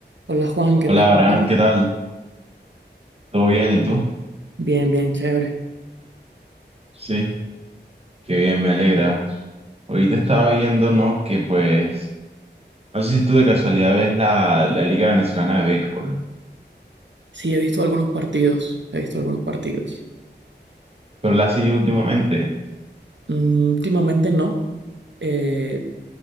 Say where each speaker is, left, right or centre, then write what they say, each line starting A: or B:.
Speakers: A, on the right; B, on the right.
A: Hola Juan, ¿qué
B: Hola
A: tal?
B: Abraham,
A: estás?
B: ¿qué tal? ¿Todo bien? ¿Y tú?
A: Bien, bien, chévere.
B: Sí, qué bien, me alegra. Ahorita estaba viendo, ¿no? Que pues, no sé si tú de casualidad ves la, la Liga Venezolana de Béisbol,
A: Sí, he visto algunos partidos, he visto algunos partidos.
B: pero la has seguido últimamente.
A: Mm, últimamente no. Eh,